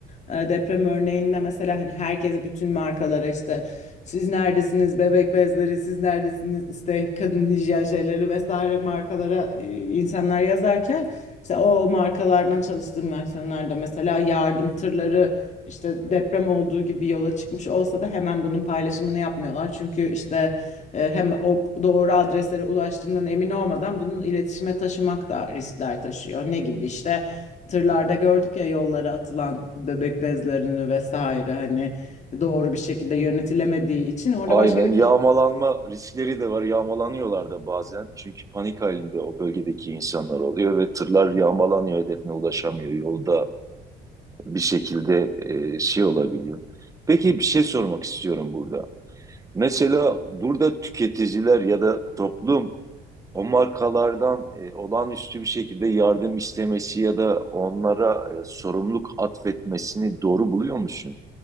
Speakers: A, on the left; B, on the right.
A: Ee, deprem örneğinde mesela hani herkes bütün markalara işte siz neredesiniz bebek bezleri siz neredesiniz işte kadın hijyen şeyleri vesaire markalara e, insanlar yazarken işte o markalardan çalıştığım versiyonlarda mesela yardım tırları işte deprem olduğu gibi yola çıkmış olsa da hemen bunun paylaşımını yapmıyorlar. Çünkü işte e, hem o doğru adreslere ulaştığından emin olmadan bunun iletişime taşımak da riskler taşıyor. Ne gibi işte tırlarda gördük ya yollara atılan bebek bezlerini vesaire hani doğru bir şekilde yönetilemediği için orada
B: Aynen
A: başka bir
B: yağmalanma
A: kriz.
B: riskleri de var. Yağmalanıyorlar da bazen. Çünkü panik halinde o bölgedeki insanlar oluyor ve tırlar yağmalanıyor, hedefine ulaşamıyor. Yolda bir şekilde e, şey olabiliyor. Peki bir şey sormak istiyorum burada. Mesela burada tüketiciler ya da toplum o markalardan e, olağanüstü bir şekilde yardım istemesi ya da onlara e, sorumluluk atfetmesini doğru buluyor musun